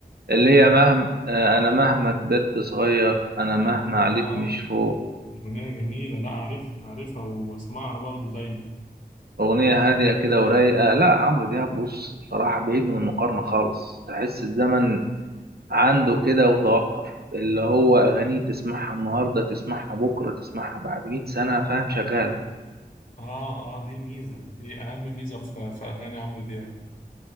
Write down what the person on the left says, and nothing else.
مم.
اه
أغنية جميلة لا أعرف أعرفها وأسمعها برضو دايما
اه اه دي الميزة دي أهم ميزة في في أغاني عمرو دياب